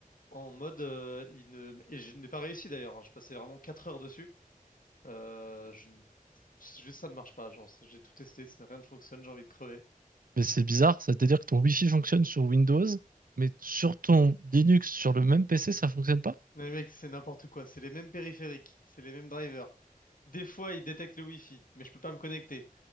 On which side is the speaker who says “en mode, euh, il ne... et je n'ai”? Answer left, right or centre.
Left